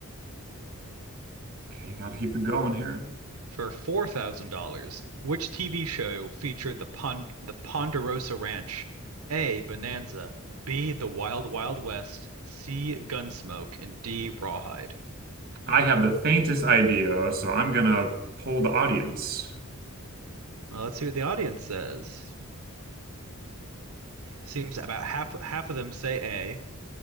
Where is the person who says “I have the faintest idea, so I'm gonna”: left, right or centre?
Right